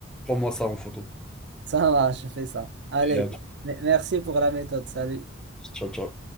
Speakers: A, in the centre; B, on the right (about 55°).
A: Prends-moi ça en photo.
B: Ça marche, je fais ça. Allez,
A: Allez, à tout.
B: me- merci pour la méthode. Salut.
A: Ciao, ciao.